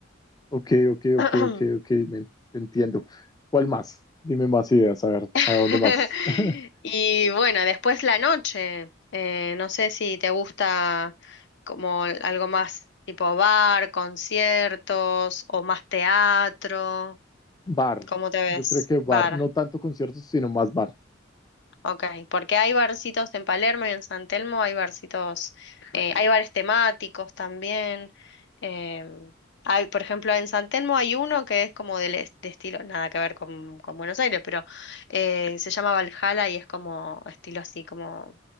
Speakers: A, on the left; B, on the left.
A: ok, ok,
B: <clears throat>
A: ok, ok, ok, me, en- te entiendo. ¿Cuál más? Dime más ideas, a ver, ¿a
B: <laughs>
A: dónde más? <laughs>
B: Y bueno, después la noche. eh, no sé si te gusta como algo más tipo bar, conciertos o más teatro.
A: Bar,
B: ¿Cómo te ves?
A: yo creo que bar,
B: Bar.
A: no tanto conciertos, sino más bar.
B: Ok, porque hay barcitos en Palermo y en San Telmo, hay barcitos, eh, hay bares temáticos también. em, hay, por ejemplo, en San Telmo hay uno que es como del es- de, estilo, nada que ver con, con Buenos Aires, pero eh, se llama Valhalla y es como estilo así, como